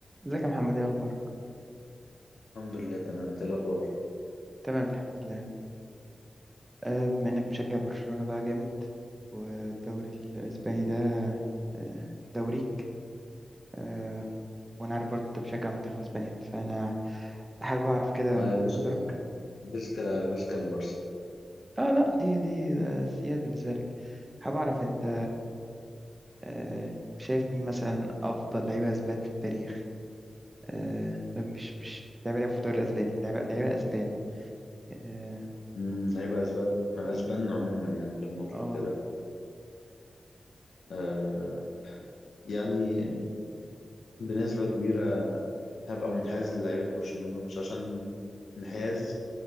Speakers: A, on the right (about 20°); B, on the left (about 85°).
A: ازيك يا محمد ايه اخبارك
B: الحمد لله تمام إنت إيه الاخبار
A: تمام الحمد لله آه، بما انك مشجع برشلونة بقى جامد والدوري الاسباني ده آه، دوريك آه، وانا عارف برضه انت بتشجع منتخب اسبانيا فانا حابب اعرف كده
B: اه
A: وجهة
B: يا باشا
A: نظرك
B: فيسكا فيسكا البارسا
A: اه لا دي دي آه، سياد بالنسبة لك حابب اعرف انت آه، شايف مين مثلا افضل لعيبة اسبان في التاريخ آه، مش مش لعيبة لعبوا في الدوري الاسباني لعيبة لعيبة اسبان اه
B: أمم، هيبقى اسباب اسبان عموما يعني في المطلق
A: آه،
B: كده آه يعني بنسبه كبيره هبقى منحاز للعيبه برشلونه مش عشان انحياز